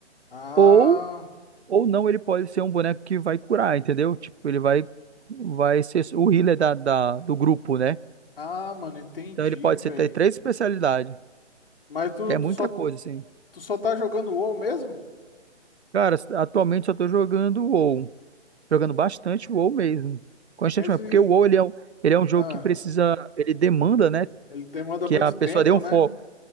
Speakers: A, on the left (about 50°); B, on the right (about 65°).
A: Ah,
B: ou ou não, ele pode ser um boneco que vai curar, entendeu? Tipo, ele vai, vai ser o healer da, da- do grupo, né?
A: ah, mano, entendi,
B: Então ele pode
A: velho.
B: ser ter três especialidades,
A: Mas tu,
B: que é
A: tu
B: muita
A: só,
B: coisa, assim.
A: tu só tá jogando WoW mesmo?
B: Cara, atualmente só tô jogando o WoW. Jogando bastante o WoW mesmo. Constantemente.
A: Mas e,
B: Porque o WoW, ele é, um- ele é um jogo
A: ah,
B: que precisa... Ele demanda, né?
A: ele demanda
B: Que
A: muito
B: a pessoa
A: tempo,
B: dê um
A: né?
B: foco.